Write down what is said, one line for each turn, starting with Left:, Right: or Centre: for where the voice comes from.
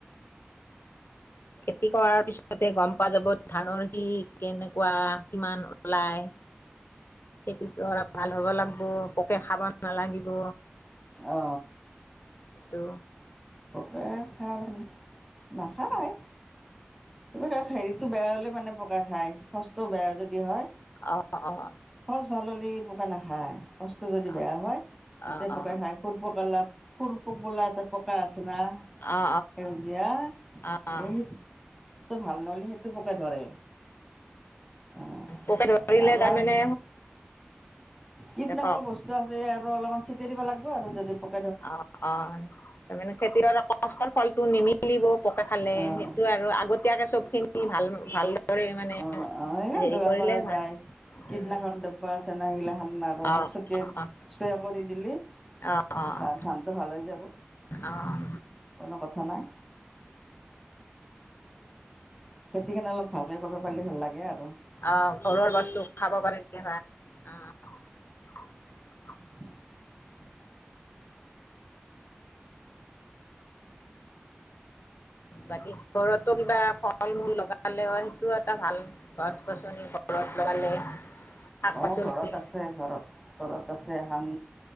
Left: খেতি কৰাৰ পিছতে গম পোৱা যাব ধানৰ সি কেনেকুৱা কিমান ওলাই খেতিটো ভাল হ'ব লাগব। পোকে খাবা নালাগিব
Centre: অ
Left: ত
Centre: পোকে খাই নাখায় পোকে হেৰিটো বেয়া হ'লে মানে পোকে খায় সচটো বেয়া যদি হয়
Left: অ অ
Centre: প ভাললি পোক নাখায় সচটো যদি
Left: অ
Centre: বেয়া হয় তেতিয়া
Left: অ অ
Centre: পোকে খাই সুৰপকাৰ লাভ স বোলা এটা পাঁচ বিচনা
Left: অ অ
Centre: সেউজীয়া
Left: অ অ
Centre: এই ভাল নহলে সেইটো পোকে ধৰে উম
Left: পোকে ধৰিলে
Centre: আবাৰ
Left: তাৰমানে
Centre: কীটনাশক
Left: দে ক
Centre: বস্তু আছে এ আৰু অলপমান দি দিব লাগব আৰু যদি প
Left: অ অ তাৰমানে খেতিয়কৰ কষ্টৰ ফলটো নিমিলিব পোকে খালে
Centre: অঁ
Left: সেইটো আৰু আগতীয়াকে চব খিনি ভাল ভালদৰে মানে
Centre: অ অ সেই
Left: হেৰি
Centre: যোগাৰ
Left: কৰিলে
Centre: কৰা
Left: ভাল।
Centre: যায় কীটনাশক
Left: উম,
Centre: দ্ৰব্য আছে না সেইগিলাখান আৰু
Left: অ',
Centre: ছটিয়াই
Left: অ',
Centre: স্প্ৰে কৰি দিলি
Left: অ', অ',
Centre: ধ ধানটো ভাল হৈ যাব
Left: অ',
Centre: কোনো কথা নাই খেতি খেন অলপ ভালকে কৰব পাৰলে ভাল লাগে আৰ
Left: আহ ঘৰৰ বস্তু খাব পাৰি হয় অহ
Centre: <unintelligible>
Left: বাকী ঘৰতো কিবা ফল মূল লগালেও সেইটোও এটা ভাল গছ গছনি ঘৰত লগালে শাক
Centre: অ
Left: পাচলি
Centre: ঘৰত আছে ঘৰত ঘৰত আছে এহান